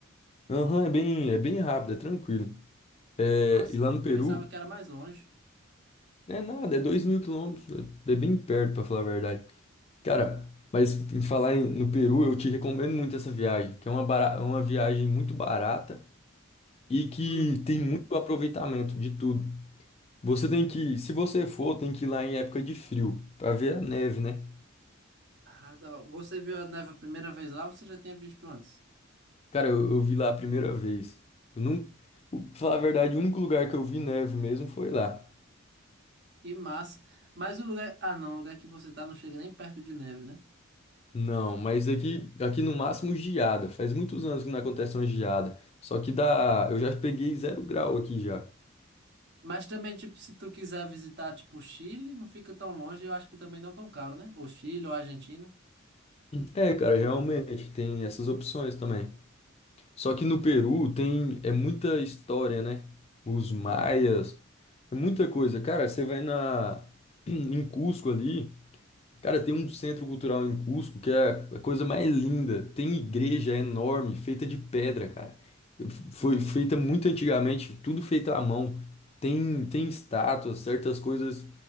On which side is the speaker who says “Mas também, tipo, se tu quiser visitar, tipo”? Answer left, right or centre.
Right